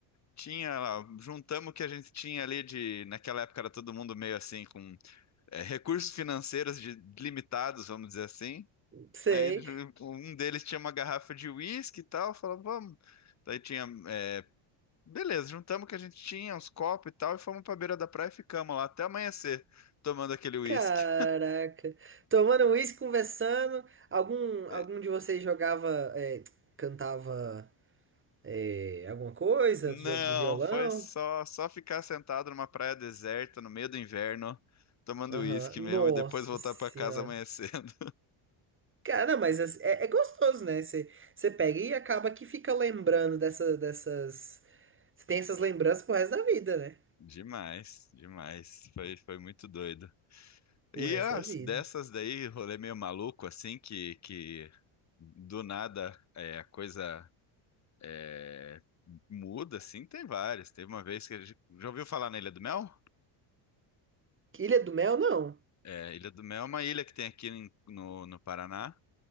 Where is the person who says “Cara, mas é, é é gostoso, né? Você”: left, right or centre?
Right